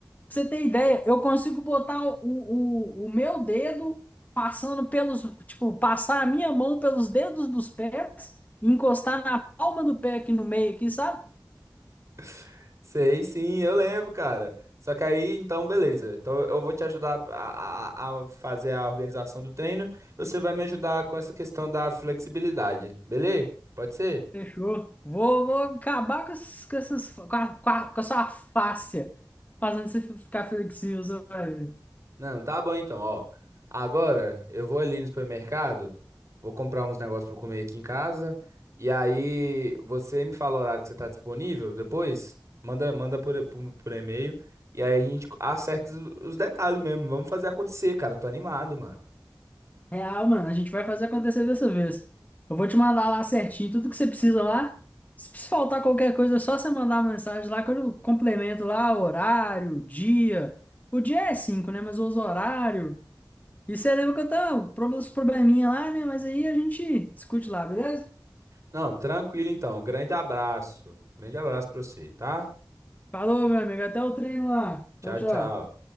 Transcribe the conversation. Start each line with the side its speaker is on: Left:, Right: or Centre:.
Left: pra Você ter ideia? Eu consigo botar o, o, o meu dedo passando pelos, tipo, passar a minha mão pelos dedos dos pés e encostar na palma do pé aqui no meio, aqui, sabe?
Right: <laughs> Sei, sim, eu lembro, cara. Só que aí, então, beleza. Então, eu vou te ajudar a, a- a fazer a organização do treino. E Você vai me ajudar com essa questão da flexibilidade, beleza? Pode ser?
Left: Fechou. Vou, vou acabar com essas, com essas, com a, com a, com a sua fáscia fazendo você ficar flexível, sabe?
Right: Não, tá bom então, ó. Agora eu vou ali no supermercado, vou comprar uns negócios pra eu comer aqui em casa. E aí você me fala o horário que você tá disponível depois, manda, manda por, por, por e-mail. E aí a gente acerta os, os detalhes mesmo. Vamos fazer acontecer, cara. Eu tô animado, mano.
Left: Real, mano, a gente vai fazer acontecer dessa vez. Eu vou te mandar lá certinho tudo que você precisa lá. Se precisar faltar qualquer coisa, é só você mandar uma mensagem lá que eu complemento lá horário, dia. O dia é cinco né? Mas os horário. E você lembra que eu tenho prob- uns probleminha lá, né? Mas aí a gente discute lá, beleza?
Right: Não, tranquilo então. Grande abraço. Grande abraço pra você, tá?
Left: Falou, meu amigo. Até o treino lá.
Right: Tchau,
Left: Tchau, tchau.
Right: tchau.